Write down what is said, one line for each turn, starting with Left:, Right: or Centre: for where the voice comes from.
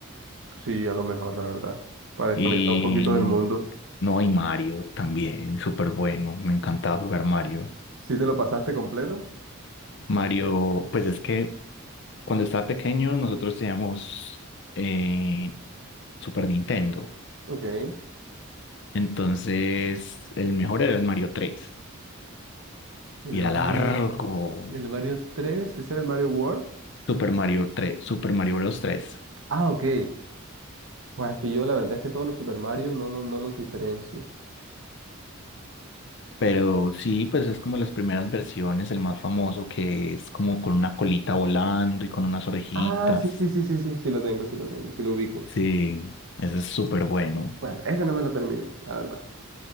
Right: Sí, a lo mejor, la verdad. Para desconectar
Left: Y
Right: un poquito del mundo.
Left: no, y Mario también, súper bueno. Me encantaba jugar Mario.
Right: ¿Sí te lo pasaste completo?
Left: Mario, pues es que cuando estaba pequeño nosotros teníamos eh, Super Nintendo.
Right: Ok.
Left: Entonces el mejor era el Mario 3
Right: El
Left: y era
Right: Mario,
Left: largo.
Right: el Mario 3, ¿ese era el Mario World?
Left: Super Mario tres Super Mario Bros. tres
Right: Ah, ok. Pues es que yo la verdad es que todos los Super Mario no, lo- no los diferencio.
Left: Pero sí, pues es como las primeras versiones, el más famoso que es como con una colita volando y con unas orejitas.
Right: Ah, sí, sí, sí, sí, sí, sí lo tengo, sí lo tengo, sí lo ubico.
Left: Sí, eso es súper bueno.
Right: Bueno, ese no me lo terminé, la verdad.